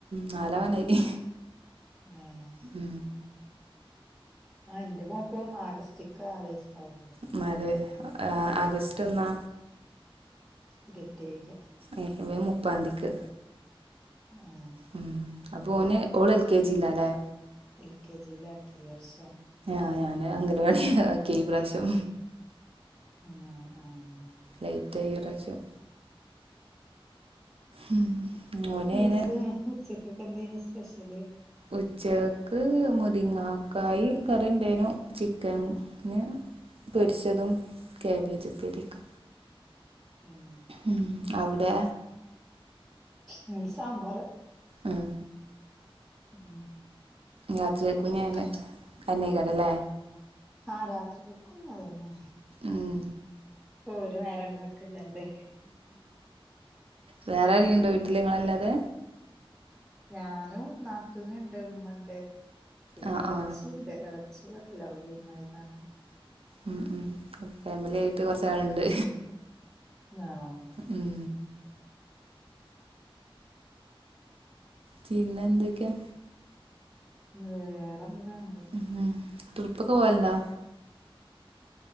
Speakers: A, on the right; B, in the centre.
A: നാലാവാനായി
B: ഏഹ്
A: ഉം
B: ആ എന്റെ മോൾക്കും ആഗസ്റ്റിക്ക് നാല് വയസാവുള്ളു
A: ന്നാല് ആഹ് ആഗസ്റ്റ് എന്നാ
B: ഇരുപത്തേഴ്ന്
A: ഏഹ് ഇവൻ മുപ്പാന്തിക്ക്
B: ഏഹ്
A: ഉം അപ്പൊ ഓന് ഓള് എൽ കെ ജി ലാല്ലേ
B: എൽ കെ ജി ലാക്കി ഈ വർഷം
A: ആഹ് ഞാന് അംഗനവാടി ആക്കി ഈ പ്രാവശ്യം
B: ആഹ് ആഹ്
A: ലൈറ്റായി ഈ പ്രാവശ്യം ഉം ഓന് അയിന്
B: എന്തേ ഉച്ചക്കൊക്കെ എന്തേന് സ്പെഷ്യല്
A: ഉച്ചകക്ക് മുരിങ്ങാക്കായി കറി ഉണ്ടേനു ചിക്കൻ പിന്നെ പൊരിച്ചതും ക്യാബേജ് ഉപ്പേരിയും ഒക്കെ
B: ഉം
A: ഉം അവിടെ
B: ഉം സാമ്പാറ്
A: ഉം
B: ഉം
A: രാത്രികക്കുംഞ്ഞതന്നെ
B: മീൻ പൊരിച്ചതും
A: അതന്നെയ്ക്കാരല്ലേ
B: ആഹ് രാത്രികക്കും ഇഞ്ഞതന്നെ
A: ഉം
B: ഒരു നേരം ഇണ്ടാക്കല്ലാതെ
A: വേറെ അരെങ്കിലുംണ്ടോ വീട്ടില് ഇങ്ങളെല്ലാതെ
B: ഞാനും നാത്തൂന്ണ്ട് ഉമ്മണ്ട് പിന്നെ
A: ആ
B: എളച്ചിണ്ട്
A: ആ
B: എള <unintelligible> അവള് വിര്ന്നോയതാണ്
A: ഉം ഉം അപ്പം ഫാമിലി ആയിട്ട് കൊറച്ച് ആള്ണ്ട്
B: ആഹ്
A: ഉം പിന്നെ എന്തൊക്കെയാ?
B: വേറെന്താ അങ്ങനെ
A: ഉം ട്രിപ്പൊക്കെ പോവലുണ്ടോ?